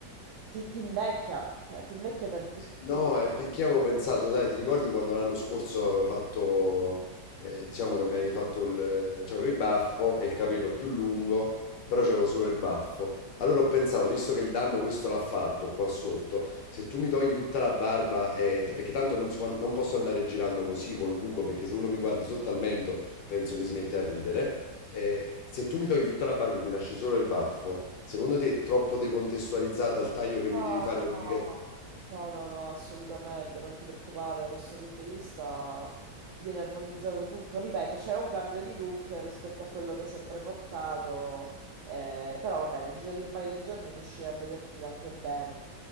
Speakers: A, on the right; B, on the left.
A: ti, ti invecchia, cioè, ti invecchia tantissimo.
B: No, è perché avevo pensato, sai, ti ricordi quando l'anno scorso avevo fatto, eh, diciamo che mi avevi fatto il, c'avevo il baffo e il capello più lungo, però c'avevo solo il baffo. Allora ho pensato, visto che il danno questo l'ha fatto qua sotto, se tu mi togli tutta la barba, eh, t- perché tanto non, si può- non posso andare girando così col buco, perché se uno mi guarda sotto al mento penso che si mette a ridere. eh, se tu mi togli tutta la barba e mi lasci solo il baffo, secondo te è troppo decontestualizzata al taglio che mi
A: Oh,
B: devi fare
A: no.
B: obbligatoriamente?
A: No, no, no, assolutamente, non ti preoccupare da questo punto di vista. Viene armonizzato tutto, ripeto, c'è un cambio di look rispetto a quello che hai sempre portato, eh, però va bene, nel giro di un paio di giorni riuscirai a vederti anche bene.